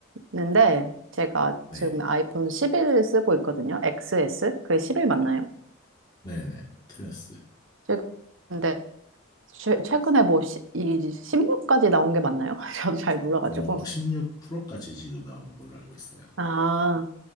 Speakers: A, on the right; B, on the left.
A: 있는데, 제가
B: 네.
A: 지금 아이폰 11 쓰고 있거든요. XS? 그게 11 맞나요?
B: 네네. 테네스.
A: 지금 근데 최, 최근에 뭐 시, 이 16까지 나온 게 맞나요? <laughs> 저도 잘 몰라가지고.
B: 어, 16 프로까지 지금 나온 걸로 알고 있어요.
A: 아,